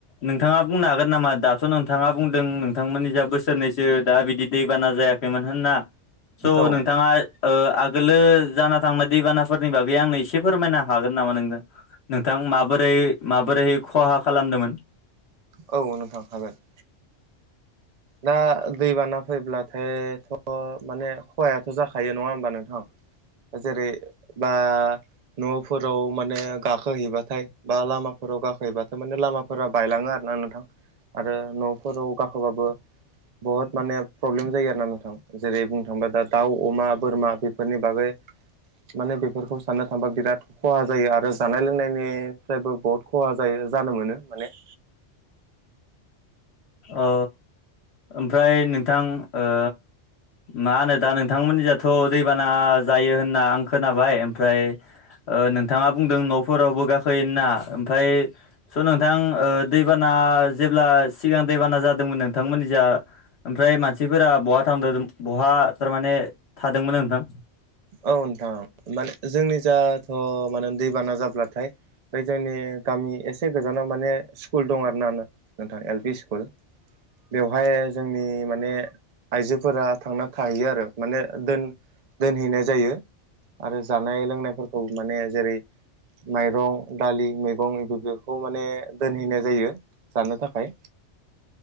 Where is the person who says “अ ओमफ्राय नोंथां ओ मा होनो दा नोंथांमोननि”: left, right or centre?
Left